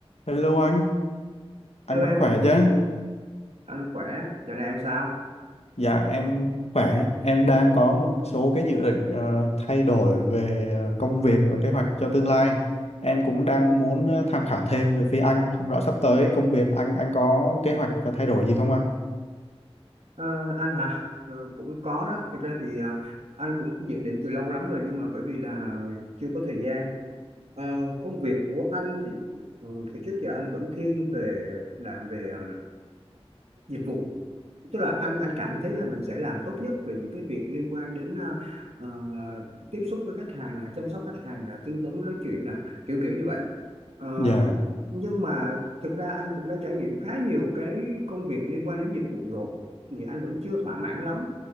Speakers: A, on the left; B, on the right.
A: Hello anh, anh
B: Hello
A: vẫn
B: em,
A: khỏe chứ?
B: anh khỏe, giờ này em sao?
A: Dạ em khỏe, em đang có một số cái dự định ờ, thay đổi về ờ, công việc và kế hoạch cho tương lai. Em cũng đang muốn ờ, tham khảo thêm về phía anh, không rõ sắp tới công việc anh anh có kế hoạch và thay đổi gì không anh?
B: Ờ, anh hả? Ờ, cũng có đó, thực ra thì ờ, anh cũng dự định từ lâu lắm rồi nhưng mà bởi vì là chưa có thời gian. Ờ, công việc của anh thì ừ, thì trước giờ anh vẫn thiên về làm về ừm, dịch vụ tức là anh anh cảm thấy là mình sẽ làm tốt nhất về những cái việc liên quan đến ờ, ờ, tiếp xúc với khách hàng là chăm sóc khách hàng là tư vấn nói chuyện nè kiểu kiểu như vậy Ờ,
A: Dạ.
B: nhưng mà thực ra anh cũng đã trải nghiệm khá nhiều cái công việc liên quan đến dịch vụ rồi thì anh vẫn chưa thỏa mãn lắm